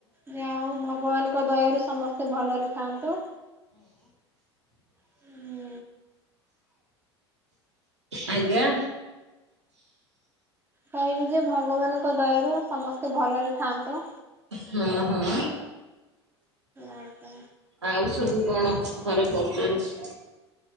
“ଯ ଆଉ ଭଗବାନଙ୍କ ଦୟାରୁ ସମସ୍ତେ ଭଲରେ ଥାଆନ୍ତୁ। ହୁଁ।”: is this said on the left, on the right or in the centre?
Right